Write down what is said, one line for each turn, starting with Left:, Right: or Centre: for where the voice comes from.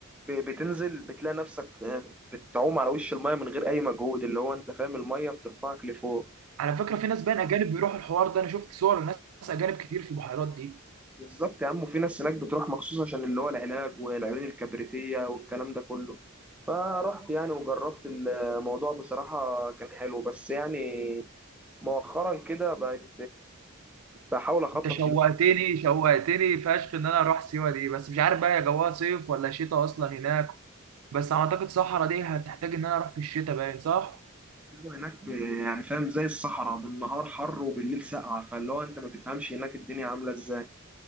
Centre: ب- بتنزل بتلاقي نفسك آه، بتعوم على وش المايه من غير اي مجهود اللي هو انت فاهم المايه بترفعك لفوق
Right: على فكرة في ناس بقى أجانب بيروحوا الحوار ده أنا شفت صور لناس أجانب كتير في البحيرات دي
Centre: بالظبط يا عم وفي ناس هناك بتروح مخصوص عشان اللي هو العلاج والعيون الكبريتية والكلام ده كله فرحت يعني وجربت الموضوع بصراحة كان حلو بس يعني مؤخرا كده بقت بحاول أخطط
Right: أنت شوقتني
Centre: إن أنا
Right: شوقتني فشخ إن أنا أروح سيوة دي بس مش عارف بقى يا جواها صيف ولا شتاء أصلا هناك بس أعتقد صحرا دي هتحتاج إن أنا أروح في الشتاء باين صح؟
Centre: أعمل هناك ب- يعني فاهم زي الصحراء بالنهار حر وبالليل ساقعة فاللي هو أنت ما تفهمش هناك الدنيا عاملة إزاي